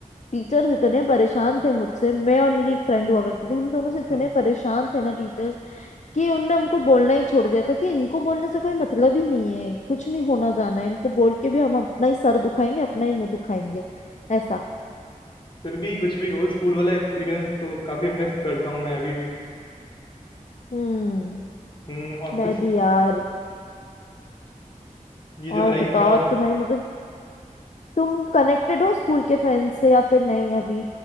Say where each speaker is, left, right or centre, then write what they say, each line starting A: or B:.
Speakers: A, on the left; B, on the left.
A: टीचर्स इतने परेशान थे मुझसे मैं और मेरी एक फ्रेंड हुआ करती थी हम दोनों से इतने
B: हाँ
A: परेशान थे ना टीचर्स कि उनने हमको बोलना ही छोड़ दिया था कि इनको बोलने से कोई मतलब ही नहीं है कुछ नहीं होना जाना है इनको बोल के भी हम अपना ही सर दुखाएंगे अपना ही मुंह दुखाएंगे ऐसा
B: फिर भी कुछ भी कहो स्कूल वाला एक्सपीरियंस तो काफी मिस करता हूँ मैं अभी भी
A: हम्म
B: हम्म ऑफिस
A: मैं भी यार
B: ये जो
A: और
B: लाइफ
A: बताओ
B: है ऑफ
A: और तुम्हारी मतलब तुम कनेक्टेड हो स्कूल के फ्रेंड से या फिर नहीं अभी